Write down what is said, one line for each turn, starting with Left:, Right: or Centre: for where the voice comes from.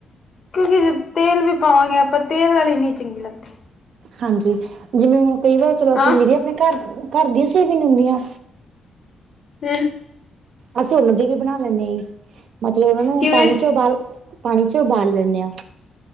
Left: ਕਿਉਂਕਿ ਜੇ ਤੇਲ ਵੀ ਪਾਵਾਂਗੇ ਆਪਾਂ ਤੇਲ ਆਲੀ ਨੀ ਚੰਗੀ ਲੱਗਦੀ।
Right: ਹਾਂਜੀ ਜਿਵੇਂ ਹੁਣ ਕਈ ਵਾਰ ਚਲੋ ਅਸੀਂ
Left: ਹਾਂ
Right: ਜੇੜੀਆ ਆਪਣੇ ਘਰ, ਘਰ ਦੀਆਂ ਸੇਵੀਆਂ ਨੀ ਹੁੰਂਦੀਆਂ
Left: ਹੂੰ।
Right: ਅਸੀਂ ਉਨਾਂ ਦੀ ਵੀ ਬਣਾ ਲੈਂਨੇ ਆ ਜੀ, ਮਤਲਬ ਉਨਾਂ ਨੂੰ
Left: ਕਿਵੇਂ
Right: ਪਾਣੀ ਚੋਂ ਉਬਾਲ ਪਾਣੀ 'ਚ ਉਬਾਲ ਲੈਂਨੇ ਆ।